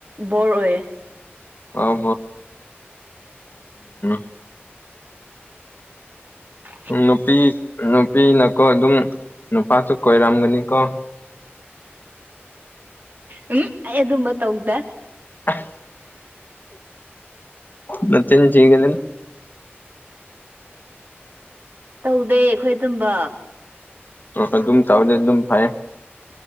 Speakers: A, on the right; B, on the left.
A: ꯕꯣꯔ ꯑꯣꯏꯌꯦ
B: ꯑꯣ <unintelligible>
A: <inaudible>
B: ꯅꯨꯄꯤ ꯅꯨꯄꯤꯅꯀꯣ ꯑꯗꯨꯝ ꯅꯨꯄꯥꯁꯨ ꯀꯣꯏꯔꯝꯒꯅꯤꯀꯣ
A: ꯎꯝ ꯑꯩ ꯑꯗꯨꯝꯕ ꯇꯧꯗꯦ
B: ꯑꯁ ꯅꯆꯤꯟ ꯊꯤꯒꯅꯨ
A: ꯇꯧꯗꯦ ꯑꯩꯈꯣꯏ ꯑꯗꯨꯝꯕ
B: ꯑꯗꯨꯝ ꯇꯧꯔꯗꯤ ꯑꯗꯨꯝ ꯐꯩ